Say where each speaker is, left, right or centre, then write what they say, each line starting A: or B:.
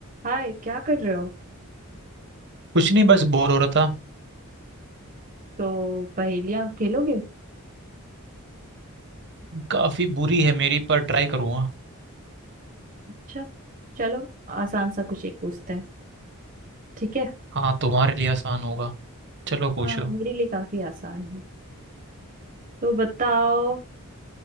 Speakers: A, on the right; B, on the right.
A: हाय क्या कर रहे हो
B: कुछ नहीं बस बोर हो रहा था
A: तो पहेलियां खेलोगे
B: काफी बुरी है मेरी पर ट्राई करूंगा
A: अच्छा चलो आसान सा कुछ एक पूछते हैं ठीक है
B: हाँ तुम्हारे लिए आसान होगा चलो पूछो
A: हाँ मेरे लिए काफी आसान है तो बताओ